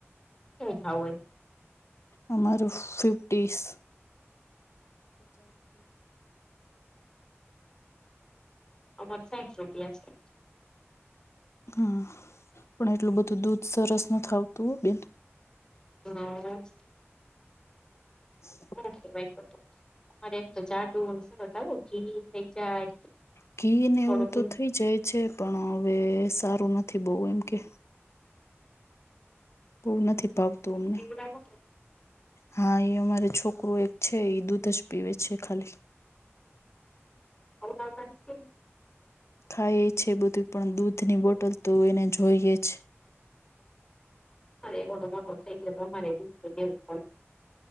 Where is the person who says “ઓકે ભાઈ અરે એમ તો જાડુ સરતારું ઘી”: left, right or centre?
Left